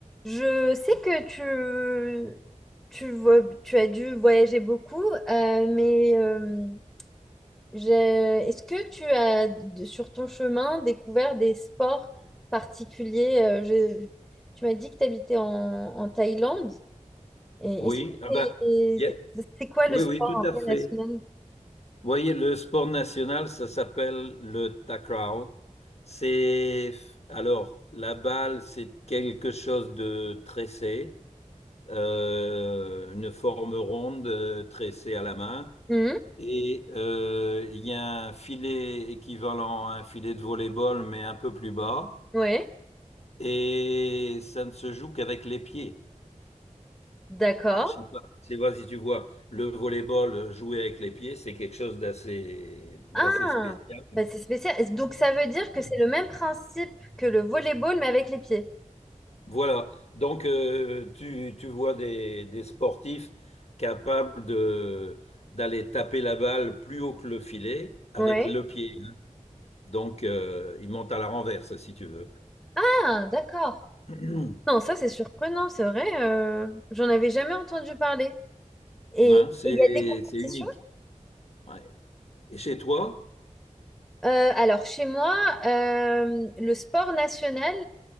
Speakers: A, in the centre; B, on the left.
A: Je sais que tu, tu, vo- tu as dû voyager beaucoup, euh, mais euh, j'ai- est-ce que tu as, d- sur ton chemin, découvert des sports particuliers? Euh, je- tu m'as dit que tu habitais en, en Thaïlande. Et
B: Oui,
A: est-ce que
B: ah
A: t'es-
B: ben, il y a-
A: c'est c'est quoi
B: oui,
A: le sport
B: oui, tout
A: un
B: à
A: peu
B: fait.
A: national?
B: Vous voyez, le sport national, ça s'appelle le takraw. C'est, alors, la balle, c'est quelque chose de tressé, euh, une forme ronde euh, tressée à la main.
A: Oui,
B: Et euh, il y a un filet équivalent à un filet de volley-ball, mais un peu plus bas.
A: Ouais,
B: Et ça ne se joue qu'avec les pieds.
A: d'accord.
B: Alors, je sais pas, je sais pas si tu vois, le volleyball euh, joué avec les pieds, c'est quelque chose d'assez d'assez
A: Ah,
B: spécial. hein.
A: bah, c'est spécial. Donc ça veut dire que
B: <clears throat>
A: c'est le même principe que le volleyball, mais avec les pieds.
B: Voilà. Donc, euh, tu, tu vois des, des sportifs capables de d'aller taper la balle plus haut que le filet avec
A: Ouais.
B: le pied. hein. Donc, euh, ils montent à la renverse, si tu veux.
A: Ah, d'accord.
B: <clears throat>
A: Non, ça c'est surprenant, c'est vrai. euh, j'en avais jamais entendu parler. Et
B: Hein,
A: et
B: c'est
A: il y a des compétitions?
B: c'est unique. Ouais. Et chez toi,
A: Euh, alors chez moi, euh, le sport national,